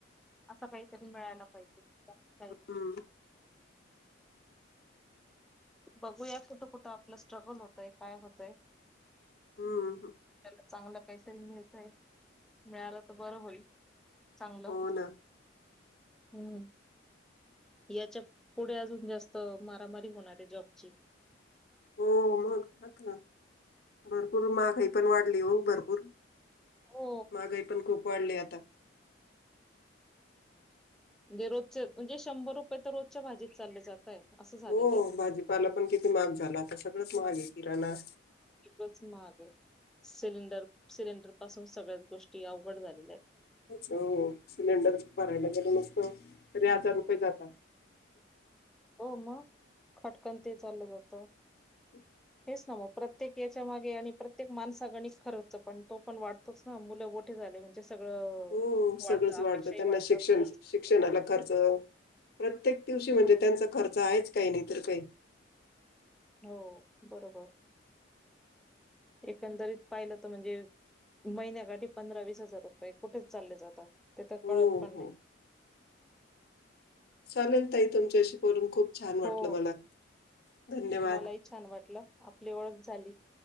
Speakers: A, in the centre; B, on the left.
A: असं काहीतरी मिळायला पाहिजे काही
B: हा
A: बघूया कुठं-कुठं आपलं स्ट्रगल होतंय काय होतंय?
B: हा, हा
A: आपल्याला चांगलं काहीतरी मिळतय, मिळालं तर बरं होईल, चांगलं
B: हो ना,
A: हम्, याच्या पुढे अजून जास्त मारामारी होणार आहे जॉबची.
B: हो मग, बर. भरपूर महागाई पण वाढली हो, भरपूर
A: हो
B: महागाई पण खूप वाढली आता.
A: म्हणजे रोजचे म्हणजे शंभर रुपये तर रोजच्या भाजीत चालले जातय. असं झालेलं
B: हो
A: आहे
B: भाजीपाला पण किती महाग झाला. आता सगळंच महाग आहे किराणा.
A: एकच महाग आहे सिलेंडर सिलेंडर पासून सगळ्याच गोष्टी अवघड झाले.
B: हो, सिलेंडर भरायला गेलो नुसतं तरी हजार रुपये जाता.
A: हो मग खटकन ते चाललं जातं.
B: <unintelligible>
A: हेचना, मग प्रत्येक हेच्या मागे आणि प्रत्येक माणसाग आणि खरच पण तो पण वाटतोच ना मु ते झालं म्हणजे सगळं
B: हो
A: वाढतं,
B: सगळंच
A: अपेक्षा
B: त्यांना
A: वाढतं
B: शिक्षण
A: सगळचं वाढतं,
B: शिक्षणाला खर्च प्रत्येक दिवशी म्हणजे
A: हो
B: त्यांचा खर्च आहेच काही नाही तरी काही.
A: हो बरोबर. एकंदरीत पाहिलं तर म्हणजे महिन्या काठी पंधरा, वीस हजार रुपये कुठेच चालले जातात ते तर
B: हो,
A: कळत पण
B: हो.
A: नाही.
B: चालेल ताई तुमच्याशी बोलुन खूप छान
A: हो
B: वाटलं मला धन्यवाद.
A: मलाही छान वाटलं, आपली ओळख झाली.